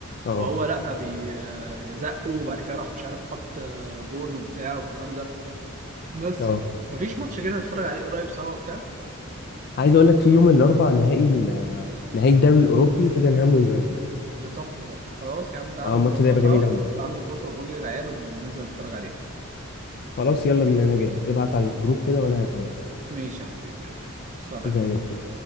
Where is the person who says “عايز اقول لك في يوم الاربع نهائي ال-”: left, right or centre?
Left